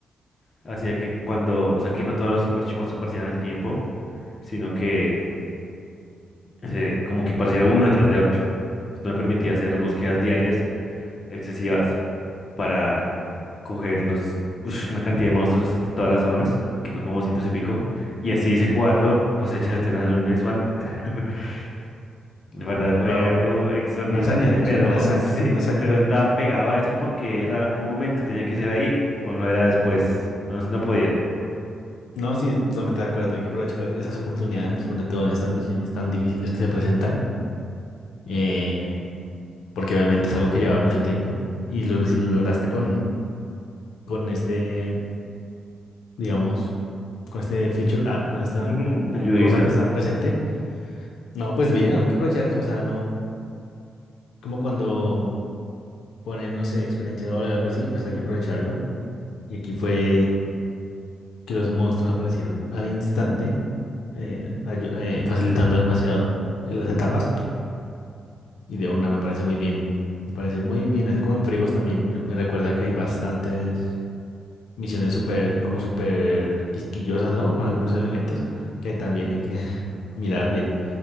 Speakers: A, on the left; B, on the left.
A: Hacía que cuando, o sea, que no todos los parchimosos aparecieran al tiempo, sino que se- como que pareciera uno detrás de otro. Esto me permitía hacer búsquedas diarias excesivas para coger los, ush, una cantidad de monstruos de todas las zonas, porque son como cientos y pico. Y así hice cuatro cosechas eternas en un mes, Juan. <laughs> De verdad fue
B: wow.
A: algo exorbitante,
B: Una hazaña,
A: pero
B: es como una hazaña,
A: <laughs> sí,
B: una hazaña
A: pero estaba pegado a eso porque era el momento, tenía que ser ahí o no era después, no, no podía.
B: No, sí, totalmente de acuerdo. Hay que aprovechar esas oportunidades, sobre todo en estas misiones tan difíciles que se presentan, eh, porque obviamente es algo que lleva mucho tiempo y lo, si lo lograste con, con este, digamos, con este feature, ah, con esta
A: Ujú, una ayudita.
B: cosa que estaba presente. No, pues bien, hay que aprovechar eso. O sea, no, como cuando ponen, no sé, experienciador o algo así, pues hay que aprovecharlo. Y aquí fue que los monstruos aparecieron al instante, eh, ayu- eh, facilitando demasiado eh, las etapas. Y de una me parece muy bien. Me parece muy bien. Así como en Frigos también me me recuerda que hay bastantes misiones súper, como súper quisquillosas, ¿no? Con algunos elementos que también hay que <laughs> mirar bien.